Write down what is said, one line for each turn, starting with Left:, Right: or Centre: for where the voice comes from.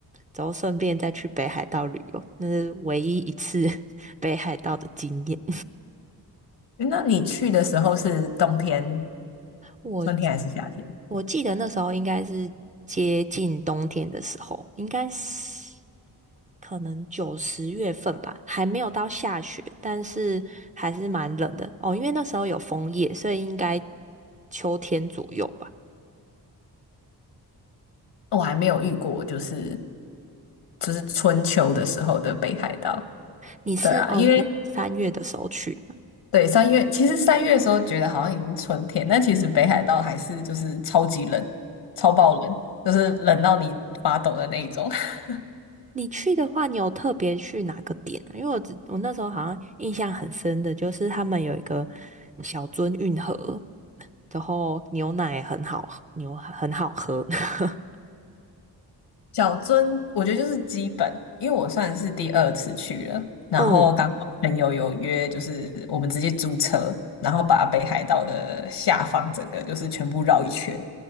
Right: 然后顺便再去北海道旅游，那是唯一一次 <laughs> 北海道的经验。
Left: 诶那你去的时候是冬天、
Right: 我
Left: 春天还是夏天？
Right: 我记得那时候应该是接近冬天的时候，应该是可能九十月份吧，还没有到下雪，但是还是蛮冷的哦。因为那时候有枫叶，所以应该秋天左右吧。
Left: 我还没有遇过，就是就是春秋的时候的北海道。
Right: 你是哦，
Left: 对啊，因为
Right: 你三月的时候去，
Left: 对三月，其实三月的时候觉得好像已经春天，但其实北海道还是就是超级冷，超爆冷，就是冷到你发抖的那一种。<laughs>
Right: 你去的话，你有特别去哪个点啊因为我只我那时候好像印象很深的，就是他们有一个小樽运河，然后牛奶很好喝牛很好喝。<laughs>
Left: 小樽，我觉得就是基本，因为我算是第二次去了，然后刚好朋友有约，
Right: 哦
Left: 就是我们直接租车，然后把北海道的下方整个就是全部绕一圈，